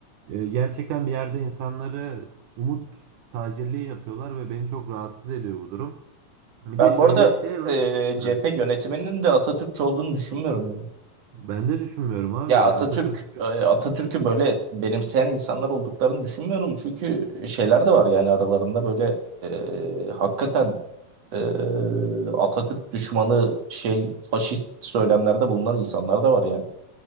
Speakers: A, on the right; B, on the right.
A: E, gerçekten bir yerde insanları umut tacirliği yapıyorlar ve beni çok rahatsız ediyor bu durum. Bir
B: Ben
A: de şöyle
B: bu arada
A: bir şey var.
B: e,
A: Ha,
B: CHP yönetiminin de Atatürkçü olduğunu düşünmüyorum ya.
A: Ben de düşünmüyorum abi.
B: Ya Atatürk
A: Atatürk
B: e, Atatürk'ü böyle benimseyen insanlar olduklarını düşünmüyorum. Çünkü şeyler de var yani aralarında böyle e, hakikaten e, Atatürk düşmanı şey faşist söylemlerde bulunan insanlar da var yani.